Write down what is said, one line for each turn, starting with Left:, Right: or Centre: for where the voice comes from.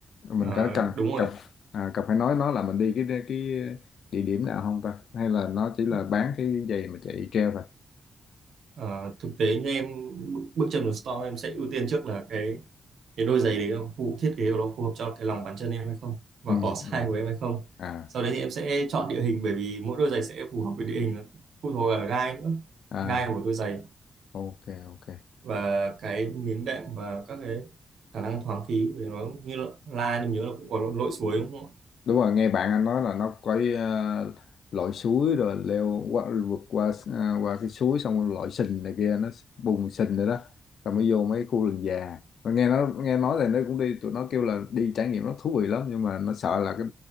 Right: Ờ,
Left: Mình có cần
Right: đúng rồi
Left: cần à, cần phải nói nó là mình đi cái cái địa điểm nào không ta? Hay là nó chỉ là
Right: ạ.
Left: bán cái giày mà chạy treo thôi?
Right: Ờ, thực tế như em bước chân vào store em sẽ ưu tiên trước là cái cái đôi giày đấy nó phù thiết kế của nó phù hợp cho cái lòng bàn chân em hay không và
Left: Ừ,
Right: cỏ size
Left: ừ.
Right: của em hay không
Left: À,
Right: sau đấy thì em sẽ chọn địa hình bởi vì mỗi đôi giày sẽ phù hợp với địa hình nó phụ thuộc ở gai nữa
Left: à,
Right: gai của đôi giày
Left: ok ok.
Right: và cái miếng đệm và các cái khả năng thoáng khí của nó như là, la em nhớ là cũng có lội suối đúng không ạ
Left: đúng rồi nghe bạn anh nói là nó có uh, lội suối rồi leo qua vượt qua à, qua cái suối xong rồi lội sình này kia nó bùn sình rồi đó rồi mới vô mấy khu rừng già mà nghe nó nghe nói là nó cũng đi tụi nó kêu là đi trải nghiệm nó thú vị lắm nhưng mà nó sợ là cái